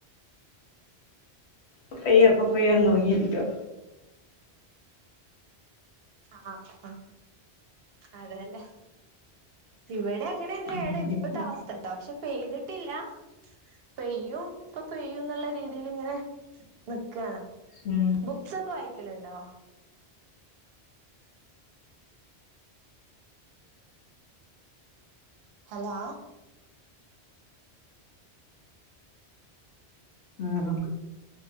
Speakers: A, on the left; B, on the right.
A: ഇപ്പൊ പെയ്യോ ഇപ്പൊ പെയ്യോ നോക്കിയിരിക്കുവാ.
B: ആഹ ആ അതേലെ ഇവിടെ അങ്ങനെ
A: ഉം.
B: ഏണ് ഇപ്പത്തെ
A: ഇപ്പം
B: അവസ്ഥട്ടോ പക്ഷെ പെയ്തിട്ടില്ല. പെയ്യും ഇപ്പൊപെയ്യുന്നുള്ള രീതിൽ ഇങ്ങനെ നിക്കാണ്
A: ഉം
B: ബുക്സൊക്കെ വായിക്കലിണ്ടോ? ഹലോ? ഹലോ..
A: ആഹ്